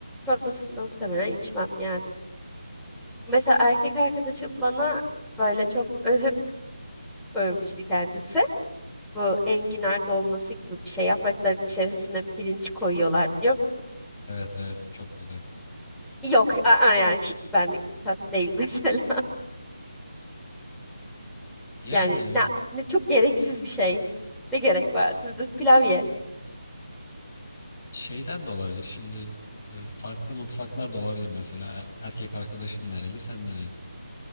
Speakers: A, in the centre; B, on the left.
A: Çorbasını da muhtemelen içmem yani. Mesela erkek arkadaşım bana böyle çok övüp övmüştü kendisi. Bu enginar dolması gibi bir şey. Yaprakların içerisine pirinç koyuyorlar biliyor musun?
B: Evet evet çok güzel.
A: Yok, aa, yani hiç benlik bir tat değil <laughs> mesela.
B: Yani
A: Yani ne, ne çok gereksiz bir şey. Ne gerek var? Dümdüz pilav ye.
B: şeyden de olabilir. Şimdi e, farklı mutfaklar da olabilir mesela. Erkek arkadaşın nereli, sen nerelisin?